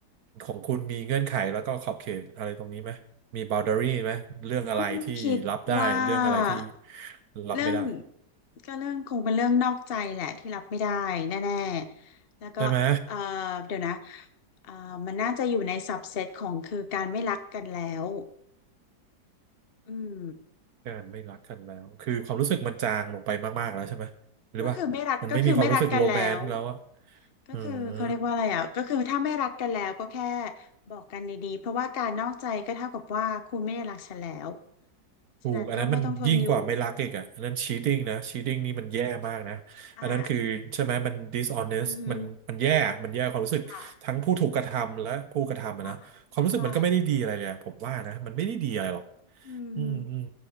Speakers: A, on the right; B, on the left.
A: ของคุณมีเงื่อนไขแล้วก็ขอบเขตอะไรตรงนี้ไหมมี boundary ไหมเรื่องอะไรที่รับได้เรื่องอะไรที่
B: ต้นคิดว่า
A: รับไม่ได้
B: เรื่องก็เรื่องคงเป็นเรื่องนอกใจแหละที่รับไม่ได้แน่ๆแล้วก็เอ่อ
A: ใช่ไหม
B: เดี๋ยวนะเอ่อมันน่าจะอยู่ในซับเซตของคือการไม่รักกันแล้วอืม
A: การไม่รักกันแล้วคือความรู้สึกมันจางลงไปมากๆแล้วใช่ไหมหรือว่ามันไม่มีความรู้สึกโรแมนต์แล้วอะ
B: ก็คือไม่รักก็คือไม่รักกันแล้วก็คือเขาเรียกว่าอะไรอ่ะก็คือถ้าไม่รักกันแล้วก็แค่
A: อืม
B: บอกกันดีๆเพราะว่าการนอกใจก็เท่ากับว่าคุณไม่ได้รักฉันแล้ว
A: ถูกอันนั้นมันยิ่งกว่าไม่รักอีกอ่ะอันนั้น
B: ฉะนั้นก็ไม่ต้องทนอยู่
A: cheating นะ cheating นี่มันแย่มากนะอันนั้นคือใช่ไหมมัน
B: อ่า
A: dishonest
B: อือฮึ
A: มันมันแย่อมันแย่ความรู้สึกทั้งผู้ถูกกระทำและผู้กระทำอะนะความรู้สึกมันก็ไม่ได้ดีอะไรเลยอะผมว่านะมันไม่ได้ดีอะไรหรอก
B: ค่ะค่ะใช่อืม
A: อืมอืม